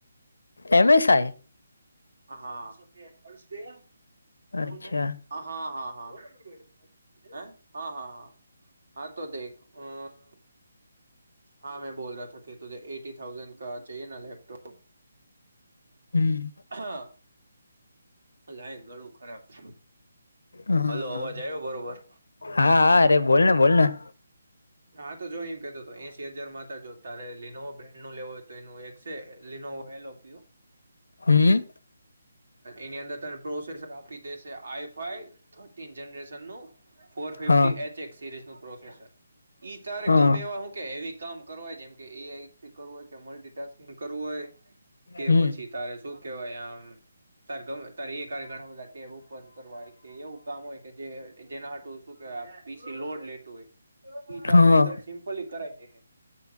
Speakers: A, on the left (about 70°); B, on the right (about 65°).
A: એમસાઈ
B: હા હા હા, હા, હા,
A: અચ્છા
B: હે, હા, હા, હા. હા તો દેખ હું. હા મેં બોલાથા રહા કે ત એટી થાઉઝન્ડ ચાએ ના લેપટોપ
A: હમ
B: હા લાયક ઘણું ખરાબ છે.
A: હા
B: હલો અવાજ આવ્યો બરોબર
A: હા હા અરે બોલને બોલને
B: હા તો જોય એ કેતો એસી હજાર માં હતા જો તારે લીનોવા બ્રાન્ડ નું લેવો હોય તો એનું એક છે લિનોવા એલોકયો
A: હમ
B: એની અંદર તારે. પ્રોસેસર આપી દેશે આઈફાઈ થાય. રેન ફર
A: હા
B: સ ન પ્રોસર <inaudible> ઈ તારે
A: હા
B: ગમે એવા હું કે એવી. કામ કરવાય જેમ કે એ આઈથી કરવું હોય કે મલ્ટિટાસ્કિંગ કરવું હોય કે
A: હમ
B: પછી તારે શું કેવાય આમ. તારે એ ઘણા બધા ટેબ ઉપર કરવા હોય કે એવું કામ હોય કે જે જેના હાટું શું કેહેવાય. પીસી લોડ લેતું હોય ઈ તારું
A: હા
B: એકદમ સિમ્પલી કરાવ દે.